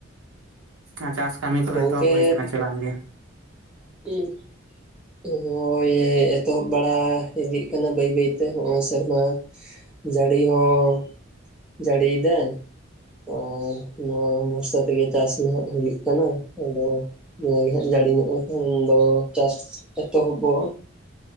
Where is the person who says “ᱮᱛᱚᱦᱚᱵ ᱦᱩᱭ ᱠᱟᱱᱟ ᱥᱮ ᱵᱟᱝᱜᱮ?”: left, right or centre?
Right